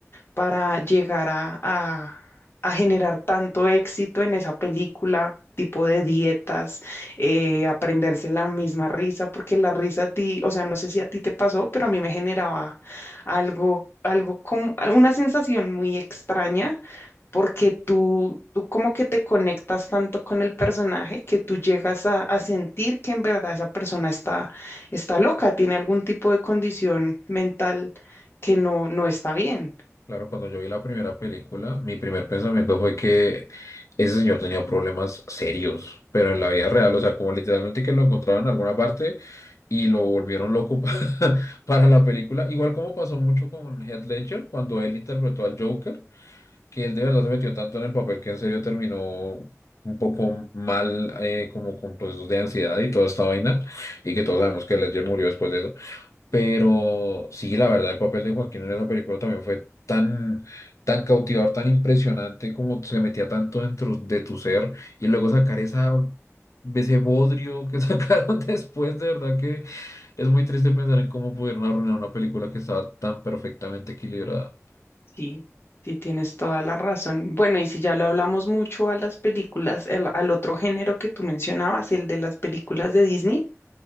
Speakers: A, on the left (about 50°); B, on the left (about 70°).
A: para llegar a, a- a generar tanto éxito en esa película, tipo de dietas, eh, aprenderse la misma risa, porque la risa a ti, o sea, no sé si a ti te pasó, pero a mí me generaba algo, algo como una sensación muy extraña, porque tú, tú como que te conectas tanto con el personaje que tú llegas a, a sentir que en verdad esa persona está, está loca, tiene algún tipo de condición mental que no, no está bien.
B: Claro, cuando yo vi la primera película, mi primer pensamiento fue que ese señor tenía problemas serios, pero en la vida real, o sea, como literalmente que lo encontraron en alguna parte y lo volvieron loco <laughs> pa- para la película. Igual como pasó mucho con Heath Ledger cuando él interpretó al Joker, que él de verdad se metió tanto en el papel que en serio terminó un poco mal, eh, como con procesos de ansiedad y toda esta vaina, y que todos sabemos que Ledger murió después de eso. Pero sí, la verdad, el papel de Joaquín en esa película también fue tan, tan cautivador, tan impresionante, como se metía tanto dentro de tu ser, y luego sacar esa, ese bodrio que <laughs> sacaron después, de verdad que es muy triste pensar en cómo pudieron arruinar una película que estaba tan perfectamente equilibrada.
A: Sí, sí, tienes toda la razón. Bueno, y si ya lo hablamos mucho a las películas, el- al otro género que tú mencionabas, el de las películas de Disney,